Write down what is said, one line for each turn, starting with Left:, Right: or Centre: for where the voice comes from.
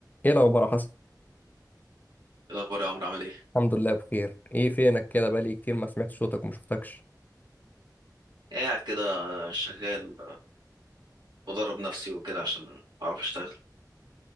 Left: ايه الاخبار يا حسن
Right: إيه الأخبار يا عمرو عامل إيه؟
Left: الحمد لله بخير ايه فينك كده بقالي كتير ما سمعت صوتك وما شفتكش
Right: قاعد كده شغال بدرب نفسي وكده عشان أعرف أشتغل